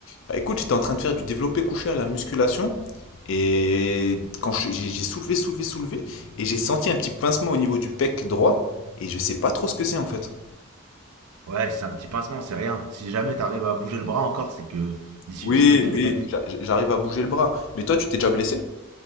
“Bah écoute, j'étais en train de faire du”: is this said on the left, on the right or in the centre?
Left